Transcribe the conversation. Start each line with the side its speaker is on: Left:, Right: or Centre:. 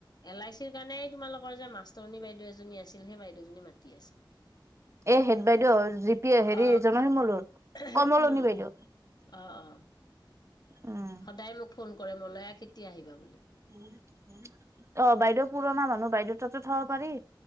Left: এল আই চিৰ কাৰণেই তোমালোকৰ যে মাষ্টৰণী বাইদেউ এজনী আছিল, সেই বাইদেউজনী মাতি আছে।
Right: এ হেদ বাইদেউ যি পি এ হেৰি
Left: অ
Right: জনশিমলুৰ
Left: উম,
Right: কমলনি বাইদেউ
Left: উম, অ', অ',
Right: উম
Left: সদায় মোক ফোন কৰে মলয়া কেতিয়া আহিবা বুলি
Right: অ', বাইদেউ পুৰণা মানুহ বাইদেউৰ তাতো থ'বা পাৰি।